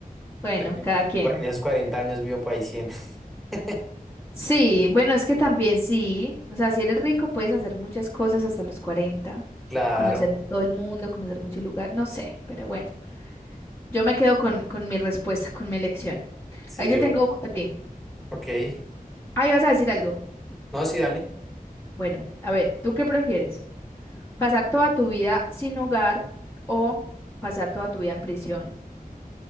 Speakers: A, on the left; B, in the centre.
A: Bueno,
B: Pero
A: cada
B: En
A: quien.
B: cua- en esos 40 años vivo para 100. <laughs>
A: Sí, bueno, es que también sí. O sea, si eres rico, puedes hacer muchas cosas hasta los cuarenta,
B: Claro.
A: Conocer todo el mundo, conocer muchos lugares, no sé, pero bueno. Yo me quedo con, con mi respuesta, con mi elección.
B: Sí,
A: Ahí te
B: yo.
A: tengo una a ti.
B: Ok.
A: Ahí vas a decir algo.
B: No, sí, dale.
A: Bueno, a ver, ¿tú qué prefieres? ¿Pasar toda tu vida sin hogar o pasar toda tu vida en prisión?